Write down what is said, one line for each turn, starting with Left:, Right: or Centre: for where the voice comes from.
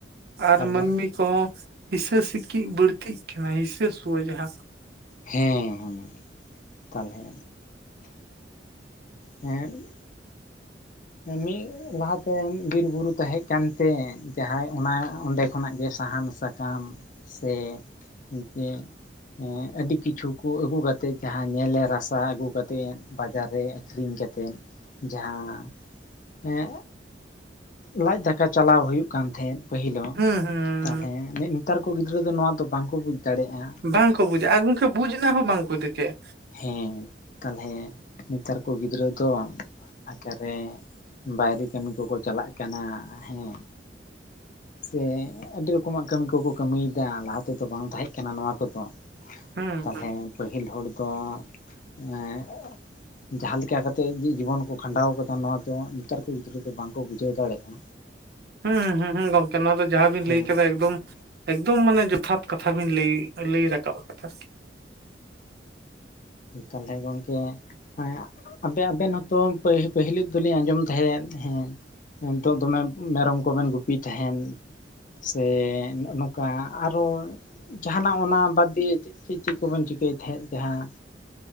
Right: ᱟᱨ
Left: ᱛᱟᱞᱦᱮ
Right: ᱢᱟᱹᱱᱢᱤ ᱠᱚᱦᱚᱸ ᱦᱤᱥᱟᱹ ᱥᱤᱠᱤᱜ ᱵᱟᱹᱲᱛᱤᱜ ᱠᱟᱱᱟ ᱦᱤᱥᱟᱹᱥᱣᱟᱹ ᱡᱟᱦᱟᱸ
Left: ᱦᱮᱸ ᱦᱮᱸ ᱛᱟᱦᱚᱞᱮ ᱦᱮᱸ ᱢᱤᱫ ᱞᱟᱦᱟᱛᱮ ᱵᱤᱨ ᱵᱩᱨᱩ ᱛᱟᱦᱮᱸ ᱠᱟᱱᱛᱮ ᱡᱟᱦᱟᱸᱭ ᱚᱱᱟ ᱚᱸᱰᱮ ᱠᱷᱚᱱᱟᱜ ᱜᱮ ᱥᱟᱦᱟᱱ ᱥᱟ ᱥᱟᱠᱟᱢ ᱥᱮ ᱢᱤᱫᱴᱮᱱ ᱮ ᱟᱹᱰᱤ ᱠᱤᱪᱷᱩ ᱟᱹᱜᱩ ᱠᱟᱛᱮᱜ ᱡᱟᱦᱟᱸ ᱧᱮᱞᱮ ᱨᱟᱥᱟ ᱟᱹᱜᱩ ᱠᱟᱛᱮᱜ ᱵᱟᱡᱟᱨ ᱨᱮ ᱟᱹᱠᱷᱨᱤᱧ ᱠᱟᱛᱮᱜ ᱡᱟᱦᱟᱸ ᱦᱮᱸ ᱞᱟᱡ ᱫᱟᱠᱟ ᱪᱟᱞᱟᱣ ᱦᱩᱭᱩᱜ ᱠᱟᱱ ᱛᱟᱦᱮᱸᱫ ᱯᱟᱹᱦᱤᱞᱚᱜ
Right: ᱦᱩᱸ ᱦᱩᱸ
Left: ᱛᱟᱦᱚᱞᱮ ᱱᱮᱛᱟᱨ ᱠᱚ ᱜᱤᱫᱽᱨᱟᱹ ᱫᱚ ᱱᱚᱣᱟ ᱫᱚ ᱵᱟᱝᱠᱚ ᱵᱩᱡᱽ ᱫᱟᱲᱮᱭᱟᱜ-ᱟ
Right: ᱵᱟᱝᱠᱚ ᱵᱩᱡᱽ-ᱟ ᱜᱚᱢᱠᱮ ᱵᱩᱡᱽ ᱨᱮᱱᱟᱜ ᱦᱚᱸ ᱵᱟᱝᱠᱚ ᱫᱤᱠᱮᱜ-ᱟ
Left: ᱦᱮᱸ ᱛᱟᱦᱚᱞᱮ ᱱᱮᱛᱟᱨ ᱠᱚ ᱜᱤᱫᱽᱨᱟᱹ ᱫᱚ ᱟᱠᱟᱨᱮ ᱵᱟᱦᱨᱮ ᱠᱟᱹᱢᱤ ᱠᱚᱠᱚ ᱪᱟᱞᱟᱜ ᱠᱟᱱᱟ ᱦᱮᱸ ᱥᱮ ᱟᱹᱰᱤ ᱨᱚᱠᱚᱢᱟᱜ ᱠᱟᱹᱢᱤ ᱠᱚᱠᱚ ᱠᱟᱹᱢᱤᱭᱮᱫᱟ ᱞᱟᱦᱟ ᱛᱮᱫᱚ ᱵᱟᱝ ᱛᱟᱦᱮᱸ ᱠᱟᱱᱟ ᱱᱚᱣᱟ ᱠᱚᱫᱚ
Right: ᱦᱩᱸ
Left: ᱛᱟᱦᱚᱞᱮ ᱯᱟᱹᱦᱤᱞ ᱦᱚᱲ ᱫᱚ ᱢᱟᱱᱮ ᱡᱟᱦᱟᱸ ᱞᱮᱠᱟ ᱠᱟᱛᱮᱜ ᱡᱤᱵᱚᱱ ᱠᱚ ᱠᱷᱟᱸᱰᱟᱣ ᱟᱠᱟᱫᱟ ᱱᱚᱣᱟ ᱡᱮᱢᱚᱱ ᱱᱮᱛᱟᱨ ᱠᱚ ᱜᱤᱫᱽᱨᱟᱹ ᱫᱚ ᱵᱟᱝᱠᱚ ᱵᱩᱡᱷᱟᱹᱣ ᱫᱟᱲᱮᱭᱟᱜ-ᱟ
Right: ᱦᱩᱸᱻᱦᱩᱻᱦᱩᱸᱻᱦᱩᱸ ᱜᱚᱢᱠᱮ ᱱᱚᱣᱟ ᱫᱚ ᱡᱟᱦᱟᱸᱵᱮᱱ
Left: ᱦᱮᱸ
Right: ᱞᱟᱹᱭ ᱠᱮᱫᱟ ᱮᱠᱫᱚᱢ ᱮᱠᱫᱚᱢ ᱢᱟᱱᱮ ᱡᱚᱛᱷᱟᱛ ᱠᱟᱛᱷᱟ ᱵᱤᱱ ᱞᱟᱹᱭ ᱞᱟᱹᱭ ᱨᱟᱠᱟᱵ ᱠᱟᱛᱷᱟ
Left: ᱛᱟᱦᱚᱞᱮ ᱜᱚᱢᱠᱮ ᱦᱮᱸ ᱟᱵᱮ ᱟᱵᱮᱱ ᱦᱚᱸᱛᱚ ᱯᱟᱹᱦᱤᱞ ᱫᱚᱞᱤᱧ ᱟᱸᱡᱚᱢ ᱛᱟᱦᱮᱸᱫ ᱦᱮᱸ ᱮ ᱱᱤᱛᱚᱜ ᱫᱚᱢᱮ ᱢᱮᱨᱚᱢ ᱠᱚᱵᱮᱱ ᱜᱩᱯᱤ ᱛᱟᱦᱮᱱ ᱥᱮ ᱱᱚᱜ ᱱᱚᱝᱠᱟ ᱟᱨᱚ ᱡᱟᱦᱟᱸᱱᱟᱜ ᱚᱱᱟ ᱵᱟᱫᱽ ᱫᱤᱭᱮ ᱪᱮᱫ ᱪᱮᱫ ᱪᱮᱫ ᱠᱚᱵᱚᱱ ᱪᱤᱠᱟᱹᱭ ᱛᱟᱦᱮᱸᱫ ᱡᱟᱦᱟᱸ